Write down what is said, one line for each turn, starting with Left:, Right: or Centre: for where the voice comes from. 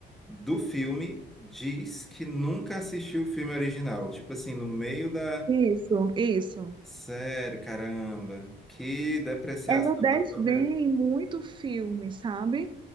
Centre: do filme, diz que nunca assistiu o filme original. Tipo assim, no meio da.
Right: Isso, isso.
Centre: Sério, caramba, que depreciação
Right: Ela desdém
Centre: da própria.
Right: muito filme, sabe?